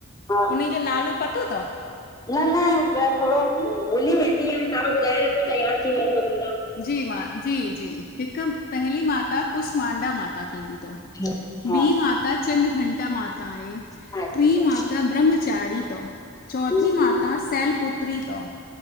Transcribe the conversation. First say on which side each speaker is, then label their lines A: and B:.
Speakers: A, on the left; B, on the left.
A: हा
B: उन्हि जो नालो पतो तव्?
A: न न थोड़ो भुली वेंदीयां, तहां ॿुधाए रखो त याद थी वेंदो ॿीरा।
B: जी, मां जी-जी, हिक पहली माता कुसमांडा माता थींदी तव।
A: ठीक आ।
B: ॿी मााता चंद्र घंटा मााता आए,
A: अच्छा
B: ट्रीं मााता ब्रह्मचारणी तव। चौथीं
A: हम्म हम्म
B: माता सैलपुत्री तव,